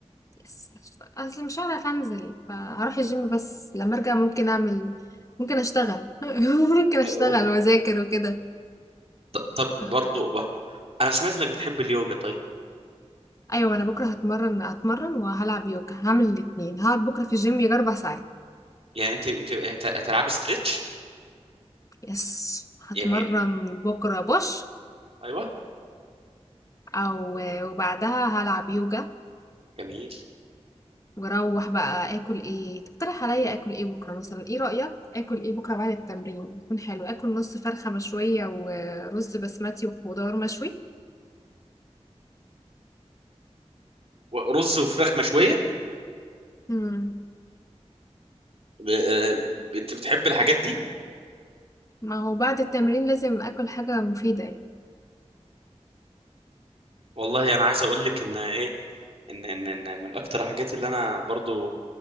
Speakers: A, on the left (about 30°); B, on the right (about 60°).
A: يس هشتغل أصل مش هعرف أنزل فهروح الجيم بس لما أرجع ممكن أعمل ممكن أشتغل <laughs> ممكن أشتغل
B: أه،
A: وأذاكر وكده
B: ط- طب برضو
A: أنا...
B: بقى. انا سمعت انك بتحب اليوجا طيب
A: أيوة أنا بكرة هتمرن هتمرن وهلعب يوجا هعمل الاتنين هقعد بكرة في الجيم يجي أربع ساعات
B: يعني انت انت هت- هتلعبي ستريتش
A: يس هتمرن
B: يعني
A: بكرة بوش
B: ايوه
A: أو وبعدها هلعب يوجا
B: جميل
A: واروح بقى اكل ايه تقترح عليا اكل ايه بكره مثلا ايه رايك اكل ايه بكره بعد التمرين يكون حلو اكل نص فرخه مشويه ورز بسمتي وخضار مشوي
B: ورز وفراخ مشويه
A: امم
B: ب- آه، انت بتحب الحاجات دي
A: ما هو بعد التمرين لازم اكل حاجه مفيده يعني
B: والله انا عايز اقول لك ان ايه ان ان ان من اكتر الحاجات اللي انا برضو